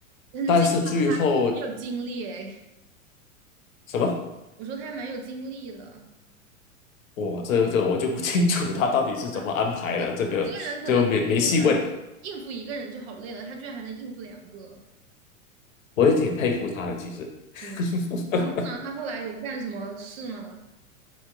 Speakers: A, on the right (about 45°); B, on the left (about 70°).
A: 人惊讶他没有精力哎，
B: 但是最后什么，
A: 我说他还蛮有精力的，
B: 我这这我就不清楚他到底是怎么安排的，
A: 哎，就一个人可能就已经很
B: 这个就没没细问，
A: 应付一个人就好累了，他居然还能应付两个，
B: 我也挺佩服他的，其实。<laughs>
A: 对。然后呢，他后来有干什么事吗？